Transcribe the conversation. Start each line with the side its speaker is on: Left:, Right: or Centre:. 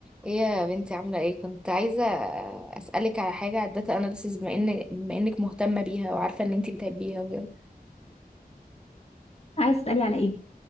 Centre: ايه يا بنتي عاملة ايه كنت عايزة اسألك على حاجة على الداتا اناليسيز بما ان بما انك مهتمة بيها وعارفة ان انتي بتحبيها وكده
Left: عايز تسألي على ايه